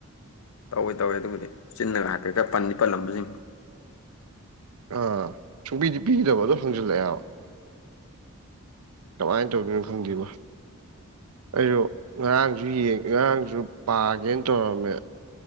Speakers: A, on the left; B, on the right.
A: ꯇꯧꯑꯦ-ꯇꯧꯑꯦ ꯑꯗꯨꯕꯨꯗꯤ ꯆꯤꯟꯅꯒ ꯍꯥꯏꯐꯦꯠꯀ ꯄꯟꯗꯤ ꯄꯜꯂꯝꯕꯖꯤꯡ꯫
B: ꯑꯥ ꯁꯨꯡꯄꯤꯗꯤ ꯄꯤꯗꯕ ꯑꯗꯨ ꯍꯪꯖꯤꯜꯂꯛꯑꯦꯕ꯫ ꯀꯃꯥꯏꯅ ꯇꯧꯗꯣꯏꯅꯣ ꯈꯪꯗꯦꯕꯣ꯫ ꯑꯩꯖꯨ ꯉꯔꯥꯡꯖꯨ ꯌꯦꯡ ꯉꯔꯥꯡꯖꯨ ꯄꯥꯒꯦꯅ ꯇꯧꯔꯝꯃꯦ꯫